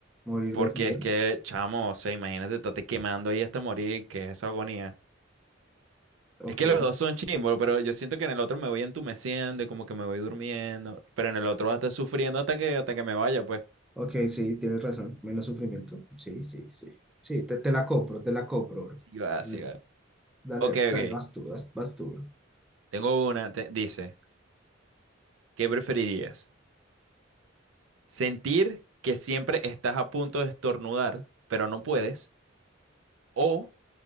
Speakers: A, in the centre; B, on the right.
A: Morir
B: Porque
A: de frío.
B: es que, chamo, o sea, imagínate, estarte quemando ahí hasta morir, que es esa agonía.
A: Ok,
B: Es que los dos son chimbos, pero yo siento que en el otro me voy entumeciendo y como que me voy durmiendo, pero en el otro vas a estar sufriendo hasta que, hasta que me vaya, pues.
A: ok, sí, tienes razón. Menos sufrimiento. Sí, sí, sí. Sí, te, te la compro, te la compro, bro.
B: Sí va,
A: A ver,
B: sí va.
A: dale,
B: Ok,
A: dale,
B: ok.
A: vas tú, vas, vas tú, bro.
B: Tengo una, te- dice, ¿qué preferirías? ¿Sentir que siempre estás a punto de estornudar, pero no puedes? ¿O